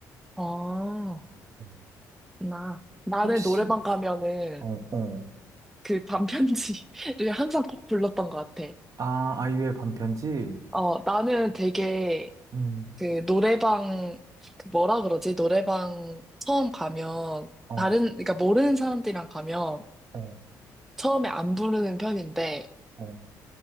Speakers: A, in the centre; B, on the right.
A: 아,
B: 음.
A: 나. 나는
B: 혹시,
A: 노래방 가면은
B: 어, 어,
A: 그 반편지를 <laughs> 항상 꼭 불렀던 것 같아.
B: 아, 아이유의 반편지?
A: 어, 나는 되게
B: 음,
A: 그 노래방, 그 뭐라 그러지? 노래방 처음 가면,
B: 어,
A: 다른, 그러니까 모르는 사람들이랑 가면
B: 어,
A: 처음에 안 부르는 편인데,
B: 어,